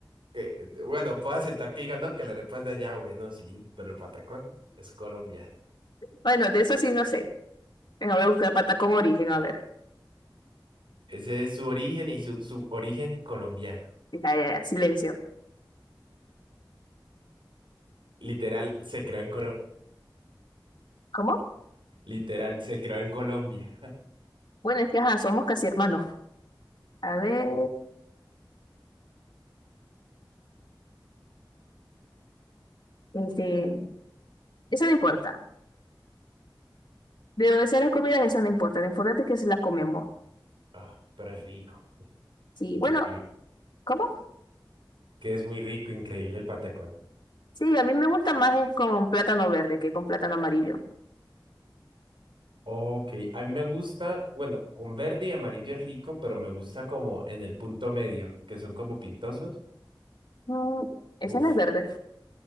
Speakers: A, on the right; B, on the left.
A: Que, eh, bueno, puedo aceptar que digan, no, que la arepa es de allá, bueno, sí, pero el patacón es colombiano.
B: Bueno, de eso sí no sé. Venga, voy a buscar pata con origen, a ver.
A: Ese es su origen y su, su origen colombiano.
B: Ya, ya, ya, silencio.
A: Literal, se creó en Colombia.
B: ¿Cómo?
A: Literal, se creó en Colombia.
B: Bueno, es que ajá, somos casi hermanos. A ver, este, eso no importa. De dónde sea las comidas, eso no importa. Lo importante es que se las comemos.
A: Ah, pero es rico.
B: Sí,
A: Increíble.
B: bueno, ¿cómo?
A: Que es muy rico, increíble el patacón.
B: Sí, a mí me gusta más es con plátano verde que con plátano amarillo.
A: Ok, a mí me gusta, bueno, con verde y amarillo es rico, pero me gusta como en el punto medio, que son como pintosos.
B: Mm, ese
A: Uf.
B: no es verde.